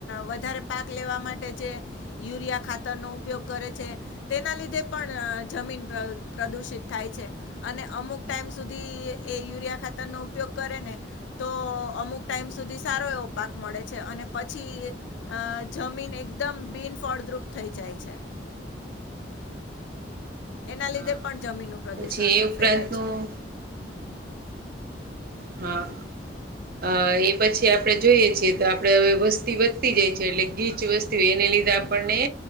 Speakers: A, on the left; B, on the right.
A: વધારે પાક લેવા માટે જે યુરિયા ખાતરનો ઉપયોગ કરે છે તેના લીધે પણ જમીન પ્ર પ્રદુષિત થાય છે અને અમુક ટાઈમ સુધી એ યુરિયા ખાતરનો ઉપયોગ કરે ને તો અમુક ટાઈમ સુધી સારો એવો પાક મળે છે અને પછી અ જમીન એકદમ બિનફળદ્રુપ થઈ જાય છે એના
B: હા.
A: લીધે પણ જમીનનું પ્રદૂષણ
B: પછી એ ઉપરાંતનું
A: ફેલાય છે
B: હા અ એ પછી આપડે જોઈએ છીએ તો આપડે હવે વસ્તી વધતી જાય છે એટલે ગીચ વસ્તી એને લીધે આપણને,